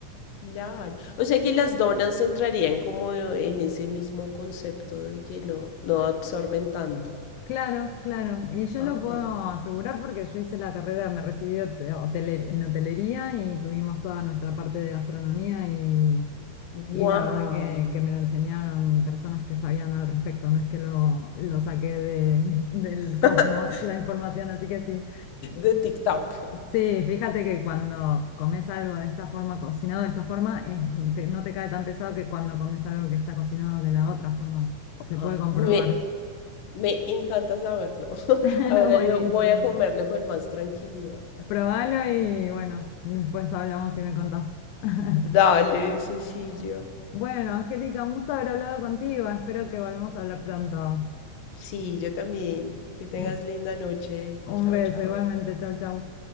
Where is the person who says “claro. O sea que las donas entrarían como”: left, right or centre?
Left